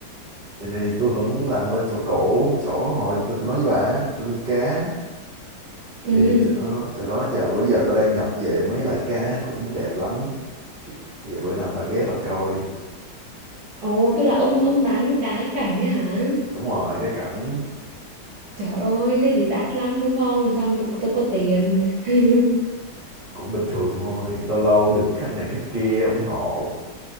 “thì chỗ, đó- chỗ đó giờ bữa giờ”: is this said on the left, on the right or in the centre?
Right